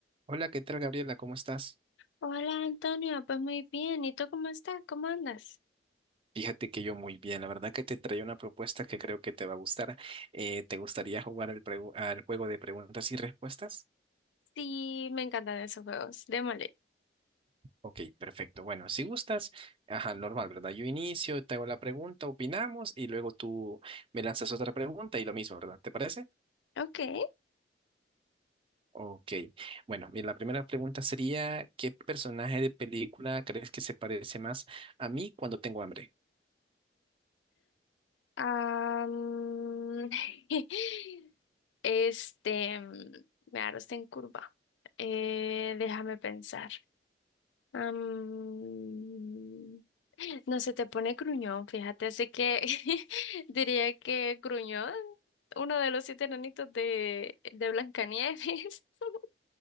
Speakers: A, on the right; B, on the left.
A: Hola, ¿qué tal, Gabriela? ¿Cómo estás?
B: Hola Antonio, pues muy bien. ¿Y tú cómo estás? ¿Cómo andas?
A: Fíjate que yo muy bien. La verdad que te traía una propuesta que creo que te va a gustar. Eh, ¿te gustaría jugar al, pregu- al juego de preguntas y respuestas?
B: Sí, me encantan esos juegos. Démosle.
A: Ok, perfecto. Bueno, si gustas, ajá, normal, ¿verdad? Yo inicio, te hago la pregunta, opinamos y luego tú me lanzas otra pregunta y lo mismo, ¿verdad? ¿Te parece?
B: Ok.
A: Ok. Bueno, mira, la primera pregunta sería, ¿qué personaje de película crees que se parece más a mí cuando tengo hambre?
B: am, <laughs> este, mm, me agarraste en curva. Eh, déjame pensar. Am, <gasps> no se te pone gruñón, fíjate. Así que <laughs> diría que gruñón, uno de los siete enanitos de, de Blancanieves. <laughs>